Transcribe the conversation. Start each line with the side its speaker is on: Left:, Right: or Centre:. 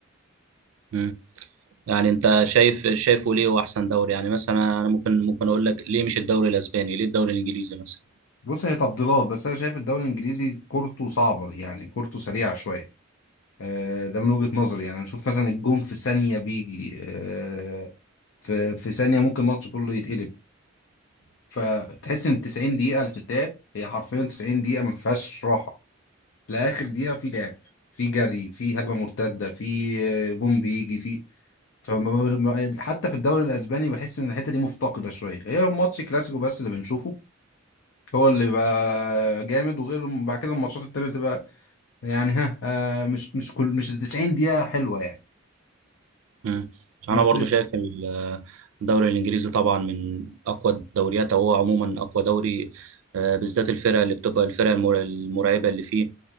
Right: مم. يعني انت شايف شايفه ليه هو احسن دوري يعني مثلا انا ممكن ممكن اقول لك ليه مش الدوري الاسباني ليه الدوري الانجليزي مثلا
Left: بص هي تفضيلات بس انا شايف الدوري الانجليزي كورته صعبه يعني كورته سريعه شويه آه ده من وجهه نظري يعني انا اشوف مثلا الجون في ثانيه بيجي آه في في ثانيه ممكن الماتش كله يتقلب فتحس ان 90 دقيقه اللي بتتلعب هي حرفيا 90 دقيقه ما فيهاش راحه لاخر دقيقه في لعب في جري في هجمه مرتده في آه، جون بيجي في فما- حتى في الدوري الاسباني بحس ان الحته دي مفتقده شويه هي ماتش كلاسيكو بس اللي بنشوفه هو اللي بقى جامد وغير بعد كده الماتشات التانية بتبقى يعني ها آه، مش مش كل مش ال 90 دقيقة حلوة يعني
Right: مم. انا
Left: انت
Right: برضو
Left: شايف
Right: شايف ال- آه، الدوري الانجليزي طبعا من اقوى الدوريات او هو عموما اقوى دوري آه، بالذات الفرق اللي بتبقى الفرق المر- المرعبه اللي فيه